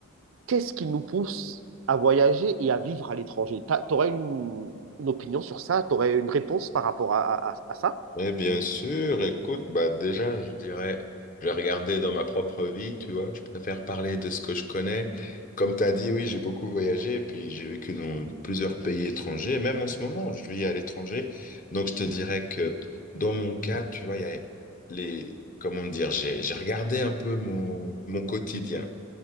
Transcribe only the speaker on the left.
Eh bien sûr, écoute, bah déjà, je dirais, je vais regarder dans ma propre vie, tu vois, je préfère parler de ce que je connais. Comme tu as dit, oui, j'ai beaucoup voyagé, puis j'ai vécu dans plusieurs pays étrangers, même en ce moment, je vis à l'étranger. Donc, je te dirais que dans mon cas, tu vois, il y a les, comment dire, j'ai, j'ai regardé un peu mon, mon quotidien,